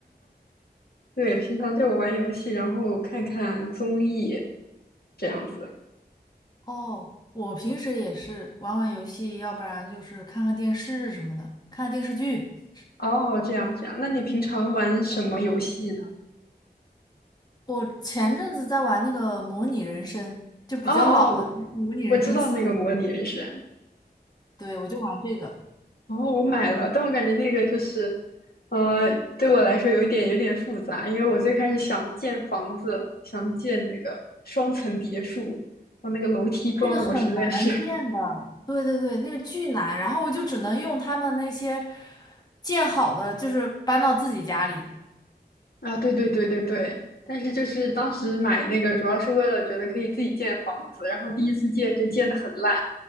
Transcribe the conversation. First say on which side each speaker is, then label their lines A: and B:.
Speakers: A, on the left; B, on the left.
A: 对，平常就玩游戏，然后看看综艺，这样子。
B: <laughs> 哦，我平时也是玩玩游戏，要不然就是看看电视什么的，看看电视剧。
A: 哦，这样这样，那你平常玩什么游戏呢？
B: 我前阵子在玩那个《模拟人生》，就比较老的《模拟人生四》，
A: 哦哦，我我知道那个模拟人生，
B: 对，我就玩这个。
A: 哦，我买了，但我感觉那个就是，呃，对我来说有点有点复杂，因为我最开始想建房子，想建那个双层别墅，我那个楼梯装的我实在是
B: 那个很难建的，对对对，那个巨难，然后我就只能用他们那些建好的，就是搬到自己家里。
A: <laughs> 啊，对对对对对，但是就是当时买那个主要是为了觉得可以自己建房子，然后第一次建就建的很烂，